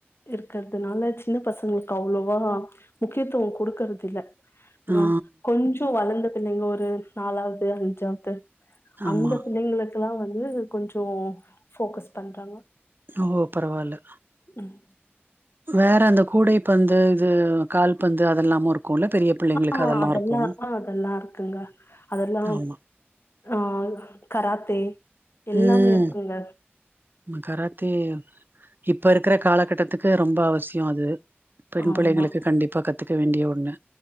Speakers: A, on the left (about 65°); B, on the right (about 50°).
A: இருக்கிறதுனால சின்ன பசங்களுக்கு அவ்ளோவா முக்கியத்துவம் குடுக்கறது இல்ல
B: ஆ
A: வே கொஞ்சோ வளந்த பிள்ளைங்க ஒரு நாலாவ்து அஞ்சாவ்து
B: ஆமா
A: அந்த பிள்ளைங்களுக் கெல்லா வந்து கொஞ்சோ ஃபோக்கஸ் பண்றாங்க
B: ஓ பரவால்ல
A: ம்
B: வேற அந்த கூடை பந்து இது கால்பந்து அதெல்லாமு இருக்குல்ல பெரிய பிள்ளைங்களுக்கு
A: ஆ
B: அதெல்லாருக்கு
A: அதெல்லா ஆ அதெல்லா இருக்குங்க அதெல்லா
B: ஆமா
A: ஆ கராத்தே எல்லாமே
B: ம்
A: இருக்குங்க
B: கராத்தே இப்ப இருக்கிற காலகட்டத்துக் கு ரொம்ப அவசியோ அது பெண்
A: ஆமா
B: பிள்ளைங்களுக்கு கண்டிப்பா கத்துக்க வேண்டிய ஒண்ணு